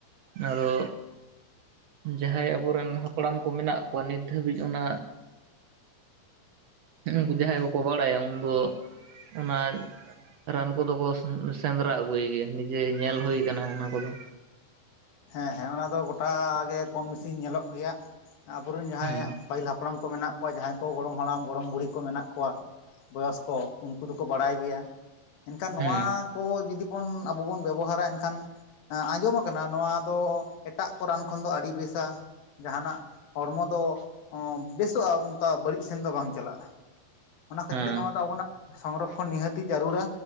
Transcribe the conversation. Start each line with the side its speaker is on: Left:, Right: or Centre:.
Right: ᱚᱱᱟ ᱫᱚ, ᱡᱟᱦᱟᱸᱭ ᱟᱵᱚᱨᱮᱱ ᱦᱟᱯᱲᱟᱢ ᱠᱚ ᱢᱮᱱᱟᱜ ᱠᱚᱣᱟ ᱱᱤᱛ ᱫᱷᱟᱹᱵᱤᱡ ᱚᱱᱟ᱾ ᱩᱱᱠᱩ ᱡᱟᱦᱟᱸᱭ ᱠᱚ ᱠᱚ ᱵᱟᱲᱟᱭᱟ ᱩᱱ ᱫᱚ ᱚᱱᱟ ᱨᱟᱱ ᱠᱚᱫᱚ ᱠᱚ ᱥᱮᱸᱫᱽᱨᱟ ᱟᱹᱜᱩᱭ ᱜᱮᱭᱟ ᱱᱤᱡᱮ ᱧᱮᱞ ᱦᱩᱭ ᱟᱠᱟᱱᱟ ᱚᱱᱟ ᱠᱚᱫᱚ᱾
Left: ᱦᱮᱸ ᱦᱮᱸ ᱚᱱᱟ ᱫᱚ ᱜᱚᱴᱟ ᱜᱮ ᱠᱚᱢ ᱵᱮᱥᱤ ᱧᱮᱞᱚᱜ ᱜᱮᱭᱟ, ᱟᱵᱚᱨᱮᱱ ᱡᱟᱦᱟᱸᱭ
Right: ᱦᱩᱸ
Left: ᱯᱟᱹᱦᱤᱞ ᱦᱟᱯ ᱦᱟᱯᱲᱟᱢ ᱠᱚ ᱢᱮᱱᱟᱜ ᱠᱚᱣᱟ ᱡᱟᱦᱟᱸᱭ ᱠᱚ ᱜᱚᱲᱚᱢ ᱦᱟᱲᱟᱢ ᱜᱚᱲᱚᱢ ᱵᱩᱲᱦᱤ ᱠᱚ ᱢᱮᱱᱟᱜ ᱠᱚᱣᱟ᱾ ᱵᱚᱭᱚᱥᱠᱚ ᱩᱱᱠᱩ ᱫᱚᱠᱚ ᱵᱟᱲᱟᱭ ᱜᱮᱭᱟ᱾ ᱮᱱᱠᱷᱟᱱ ᱱᱚᱣᱟ
Right: ᱦᱩᱸ
Left: ᱠᱚ ᱡᱩᱫᱤ ᱵᱚᱱ ᱟᱵᱚ ᱵᱚᱱ ᱵᱮᱵᱚᱦᱟᱨᱟ ᱮᱱᱠᱷᱟᱱ ᱟᱸᱡᱚᱢ ᱟᱠᱟᱱᱟ ᱱᱚᱣᱟ ᱫᱚ ᱮᱴᱟᱜ ᱠᱚ ᱨᱟᱱ ᱠᱷᱚᱱ ᱫᱚ ᱟᱹᱰᱤ ᱵᱮᱥᱟ᱾ ᱡᱟᱦᱟᱸᱱᱟᱜ ᱦᱚᱲᱢᱚ ᱫᱚ ᱚ ᱵᱮᱥᱚᱜ-ᱟ ᱚᱱᱠᱟ ᱵᱟᱹᱲᱤᱡ ᱥᱮᱱ ᱫᱚ ᱵᱟᱝ ᱪᱟᱞᱟᱜ-ᱟ᱾ ᱚᱱᱟ ᱠᱷᱟᱹᱛᱤᱨ
Right: ᱦᱮᱸ
Left: ᱛᱮ ᱱᱚᱣᱟ ᱫᱚ ᱟᱵᱚᱱᱟᱜ ᱥᱚᱝᱨᱚᱠᱠᱷᱚᱱ ᱱᱤᱦᱟᱹᱛᱤ ᱡᱟᱹᱨᱩᱲᱟ᱾